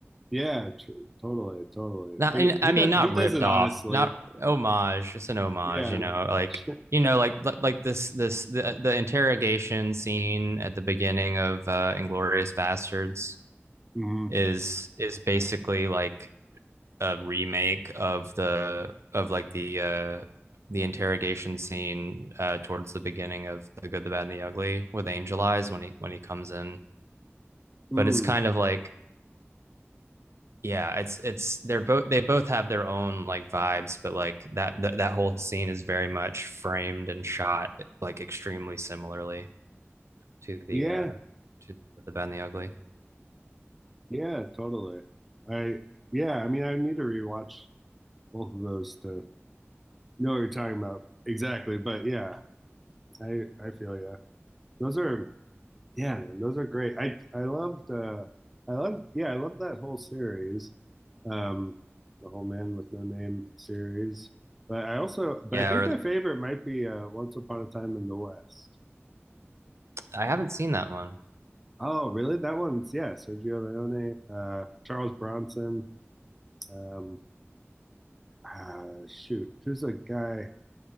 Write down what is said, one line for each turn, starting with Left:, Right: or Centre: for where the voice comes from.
Centre: Yeah, tr totally, totally.
Right: Not,
Centre: But
Right: and,
Centre: he, he
Right: I
Centre: does
Right: mean, not
Centre: he does
Right: ripped
Centre: it honestly.
Right: off, not homage. It's an homage,
Centre: Yeah,
Right: you
Centre: an
Right: know,
Centre: homage.
Right: like
Centre: <laughs>
Right: you know, like like, like this this the, the interrogation scene at the beginning of uh, Inglorious Bastards
Centre: Mm,
Right: is is basically like a remake of the of like the uh the interrogation scene uh towards the beginning of The Good, the Bad, and the Ugly with Angel Eyes when he when he comes in.
Centre: mm.
Right: But it's kind of like yeah, it's it's they're both they both have their own like vibes, but like that that, that whole scene is very much framed and shot like extremely similarly to the
Centre: Yeah,
Right: uh to the bad and the ugly.
Centre: yeah, totally. I yeah, I mean, I need to rewatch both of those to know what you're talking about exactly. But yeah, I I feel yeah. Those are Yeah, man, those are great. I I loved uh I love yeah, I love that whole series. Um the whole Man with No Name series. But I also but
Right: Yeah,
Centre: I think
Right: or
Centre: my favorite might be uh Once Upon a Time in the West.
Right: I haven't seen that one.
Centre: Oh, really? That one's yeah, Sergio Leone, uh Charles Bronson, um uh shoot, who's a guy?